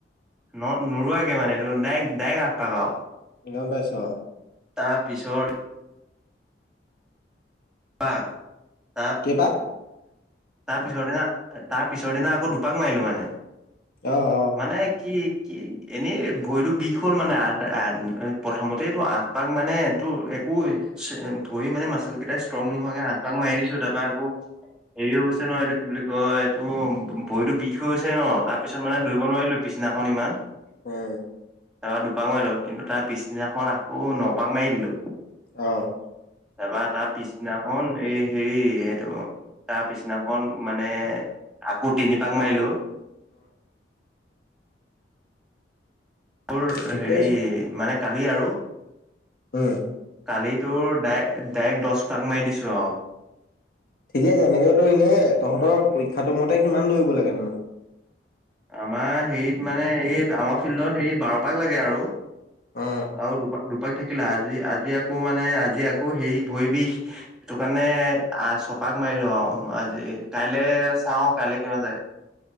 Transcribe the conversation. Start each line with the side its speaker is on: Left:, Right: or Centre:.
Centre: ন নোৰোৱাকে মানে এইটো ডাইক ডাইৰেক আঠটকা
Left: গম পাইছো অ
Centre: তাৰ পিছত পাক তাত
Left: কেইপাক
Centre: তাৰ পিছৰ দিনা তাৰ পিছৰ দিনা আকৌ দুপাক মাৰিলো মানে।
Left: অ অ
Centre: মানে কি কি এনেই ভৰিতটো বিষ হ'ল মানে আ প্ৰথমতে টো আঠ পাক মানে তোৰ একো ভৰি মানে মাচল কেইটাই ষ্ট্ৰং নোহোৱাকে আঠ পাক মাৰি দিছো তাৰ পৰা আকৌ। হেৰি হৈ গৈছে ন এইটো কি বুলি কয় এইটো বহিতো বিষ হৈ গৈছে ন। তাৰ পিছত মানে দৌৰিব নোৱাৰিলো পিছদিনাখন ইমান
Left: উম।
Centre: তাৰপাৰ দুপাক মাৰিলো কিন্তু তাৰ পিছদিনাখন আকৌ ন পাক মাৰি দিলো।
Left: অ'
Centre: তাৰপৰা তাৰ পিছদিনা খন এই হেৰি এইটো তাৰ পিছদিনা খন অকন মানে আকৌ তিনি পাক মাৰিলো মোৰ
Left: ঠিকে
Centre: হেৰি
Left: আছে
Centre: মানে কালি আৰু
Left: উম।
Centre: কালি তোৰ ডাই ডাইৰেক্ট দহ পাক মাৰি দিছোঁ অ।
Left: ঠিকে আছে এনেকে দৌৰিলেহে। তহঁতৰ পৰীক্ষাটো মতে কিমান দৌৰিব লাগে?
Centre: আমাৰ হেৰিত মানে এই আমাৰ ফিল্ডৰ হেৰি বাৰপাক লাগে আৰু
Left: অ
Centre: আৰু দুপাক দুপাক থাকিলা আজি আজি আকৌ মানে আজি আকৌ হেই ভৰি বিষ সেইটো কাৰণে আ ছয় পাক মাৰিলো আৰু আজি। কাইলে চাওঁ কাইলে কিমান যায়?